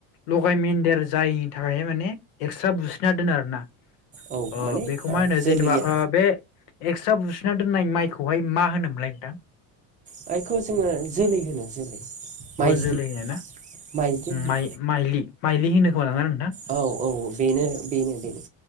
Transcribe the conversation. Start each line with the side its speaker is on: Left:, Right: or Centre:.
Left: लगाय मेन्देर जायैनि थाखायहाय माने एक्सट्रा बुस्रिना दोनो आरो ना।
Right: औ
Left: ओ
Right: माने
Left: बेखौ
Right: ओ
Left: मा होनो
Right: जोलैया
Left: जेनेबा बे एक्सट्रा बुस्थ सोना दोननाय माइखौहाय मा होनोमोनलाय नोंथां।
Right: बेखौ जोङो जोलै होनो जोलै। माइज्लि
Left: अ जोलैनो ना
Right: माइज्लि होनो
Left: माइ माइलि माइलि होनो। <unintelligible>
Right: औ औ बेनो बेनो बेनो